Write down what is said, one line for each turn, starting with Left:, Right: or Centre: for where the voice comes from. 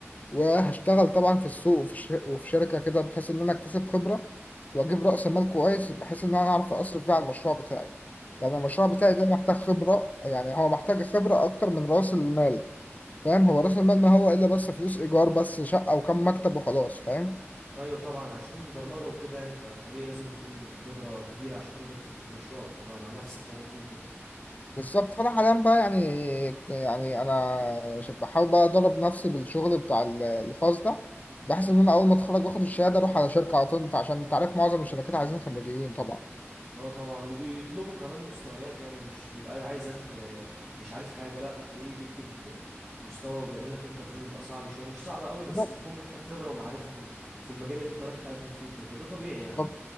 Left: وهشتغل طبعا في السوق وفي ش- وفي شركة كده بحيث إن أنا أكتسب خبرة وأجيب رأس مال كويس بحيث إن أنا أعرف أصرف بيه على المشروع بتاعي لأن المشروع
Centre: طب-
Left: بتاعي ده محتاج خبرة يعني هو محتاج خبرة أكتر من رأس المال فاهم هو رأس المال ما هو إلا بس فلوس إيجار بس شقة وكم مكتب وخلاص فاهم
Centre: ايوه طبعا عشان البرمجه وكده يعني فطبيعي لازم يكون خبره كبيره عشان تقدر تفتح مشروع تبقى مع نفسك يعني فيه وكده
Left: بالظبط فأنا حاليا بقى يعني يعني أنا ش- بحاول بقى أدرب نفسي بالشغل بتاع ال- الخاص ده بحيث إن أنا أول ما أتخرج وآخد الشهادة أروح على شركة على طول أنت عشان أنت عارف معظم الشركات عايزين خريجين طبعا
Centre: اه طبعا وبيطلبوا كمان مستويات يعني مش بيبقى عايزك آه، مش عارف حاجة لا تلاقيه بيطلب مستوى وبيعمل لك انترفيو بيبقى صعب شوية مش صعب قوي بس
Left: ف...
Centre: بتكون محتاج خبرة ومعرفة في ال- في المجال اللي انت رايح تقدم فيه وكده وده طبيعي يعني
Left: بالظبط